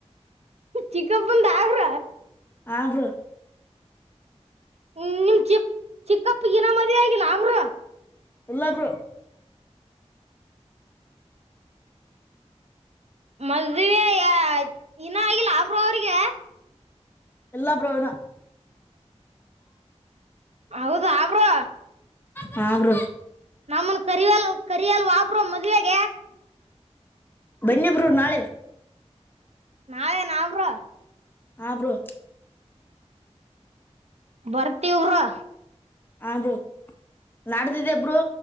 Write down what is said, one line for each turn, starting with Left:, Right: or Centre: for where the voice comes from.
Right: ಚಿಕ್ಕಪಂದ ಬ್ರೋ
Left: ಆಬ
Right: ಹ್ಮ ಚಿಪ್ ಚಿಕ್ಕಪ್ಪ ಗಿನ ಮದಿವೆ ಆಗಿಲ್ಲಾ ಅವ್ರು
Left: ಎಲ್ಲಾ ಬ್ರೂ
Right: ಮದ್ವೆಯಾ ಇನಾ ಆಗಿಲ್ಲಾ ಬ್ರೋ ಅವ್ರಿಗೆ
Left: ಎಲ್ಲಾ ಪ್ರಜನ
Right: ಹೌದ ಅವರು
Left: ಹ್ರ
Right: ನಮ್ಮನ್ ಕರಿವಲ್ ಕರಿಯಲ್ ವಾಬರು ಮದ್ವೆೆಗೆ
Left: ಬನ್ನಿ ಬ್ರೋ ನಾಳೆ
Right: ನಾವೇನ್ ಅವ್ರು
Left: ಹಾ ಬ್ರೋ
Right: ಬರ್ತಿವ್ರು
Left: ಹಾ ಬ್ರೋ ನಾಡ್ದಿದ್ದಿ ಬ್ರೋ